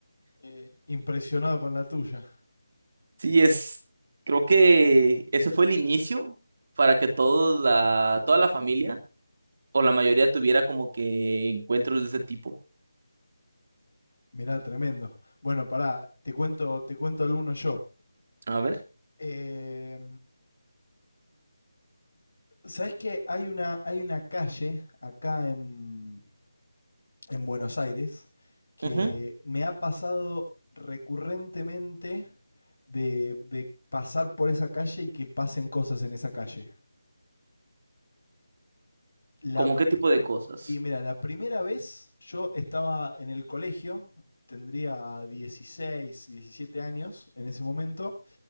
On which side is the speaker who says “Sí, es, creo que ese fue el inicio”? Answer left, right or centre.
Right